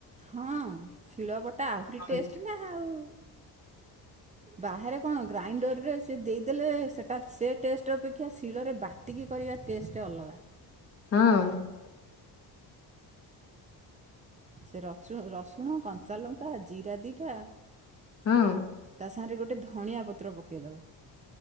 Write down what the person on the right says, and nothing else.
ହଁ ଶିଳବଟା ଆହୁରି
ଟେଷ୍ଟେନା ଆଉ। ବାହାରେ କଣ ଗ୍ରାଇଣ୍ଡରରେ ସେ ଦେଇଦେଲେ ସେଟା ସେଟେଷ୍ଟ ଅପେକ୍ଷା ଶିଳରେ ବାଟିକି କରିବା ଟେଷ୍ଟ ଅଲଗା।
ସେରୁଚୁ ରସୁଣ କଞ୍ଚାଲଙ୍କା ଜିରା ଦିଇଟା
ତା ସାଙ୍ଗରେ ଗୋଟେ ଧଣିଆ ପତ୍ର ପକେଇ ଦବ